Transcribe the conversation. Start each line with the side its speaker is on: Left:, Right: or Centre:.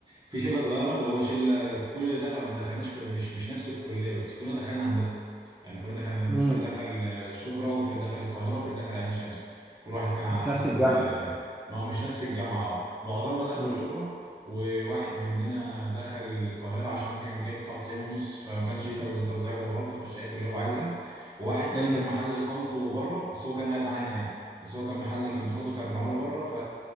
Right: في شله صغيره اللي هو شله كل اللي دخل ما دخلناش كل- مش مش نفس الكليه بس كلنا دخلنا هندسه يعني كلنا دخلنا هندسه
Centre: امم
Right: في اللي دخل آه، شبرا وفي اللي دخل القاهره وفي اللي دخل عين شمس كل واحد كان على
Centre: مش
Right: حسب
Centre: نفس الجامعه
Right: آه، ما هو مش نفس الجامعه اه معظمنا دخلوا
Centre: امم
Right: شبرا وواحد مننا دخل القاهرة عشان كان جايب 99 ونص فما كانش ليه توزيع توزيع جغرافي يخش أي كلية هو عايزها وواحد تاني
Centre: امم
Right: كان محل إقامته بره بس هو كان قاعد معانا هنا يعني بس هو كان محل كان بطاقته كانت معمولة بره ف